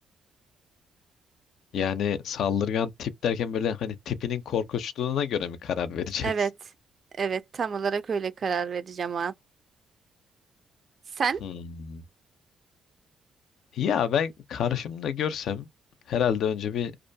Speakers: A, on the left; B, on the right.
A: Yani saldırgan tip derken böyle hani tipinin korkunçluğuna göre mi karar vereceğiz?
B: Evet. Evet, tam olarak öyle karar vereceğim o an. Sen?
A: <laughs> Hmm. Ya ben karşımda görsem herhalde önce bir